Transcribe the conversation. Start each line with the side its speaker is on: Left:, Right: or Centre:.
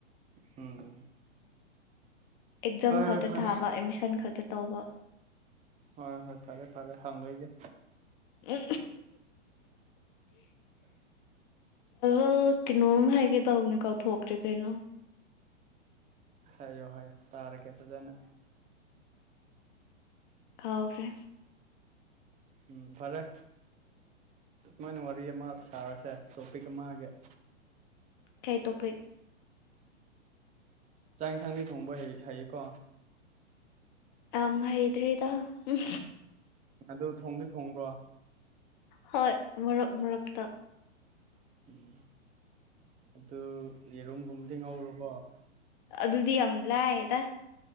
Right: ꯎꯝ
Left: ꯑꯦꯛꯖꯥꯝ
Right: ꯍꯣꯏ
Left: ꯈꯛꯇ
Right: ꯍꯣꯏ ꯐꯔꯦ
Left: ꯊꯥꯕ ꯑꯦꯠꯃꯤꯁꯟ ꯈꯛꯇ ꯇꯧꯕ
Right: ꯍꯣꯏ ꯍꯣꯏ ꯐꯔꯦ ꯐꯔꯦ ꯍꯪ ꯂꯣꯏꯒꯦ
Left: ꯎ ꯑ ꯀꯅꯣꯃ ꯍꯥꯏꯒꯦ ꯇꯅꯤ ꯀꯥꯎ ꯊꯣꯛꯀ ꯆ ꯀꯩꯅ
Right: ꯍꯥꯏꯌꯣ ꯍꯥꯏꯌꯣ ꯇꯥꯔꯒꯦ ꯐꯖꯅ
Left: ꯀꯥꯎꯦ
Right: ꯎꯝ ꯐꯔꯦ ꯁꯨꯃꯥꯏꯅ ꯋꯥꯔꯤ ꯑꯃ ꯁꯥꯔꯁꯦ ꯇꯣꯄꯤꯛ ꯑꯃꯒꯤ <inaudible>
Left: ꯀꯩꯇꯣꯄ
Right: ꯆꯥꯛ ꯌꯦꯟꯁꯥꯡꯗꯤ ꯊꯣꯡꯕ ꯍꯥꯏꯌꯦꯀꯣ
Left: ꯇꯝ ꯍꯩꯗ꯭ꯔꯤꯗ ꯎꯝ
Right: ꯑꯗꯨ ꯊꯣꯡꯗꯤ ꯊꯣꯡꯕ꯭ꯔꯣ
Left: ꯍꯣꯏ ꯃꯔꯛ ꯃꯔꯛꯇ
Right: ꯎꯝ ꯑꯗꯨ ꯌꯦꯔꯨꯝꯒꯨꯝꯗꯤ ꯉꯧꯔꯨꯔꯕꯣ
Left: ꯑꯗꯨꯗꯤꯌꯥꯂ ꯑꯦꯗꯥ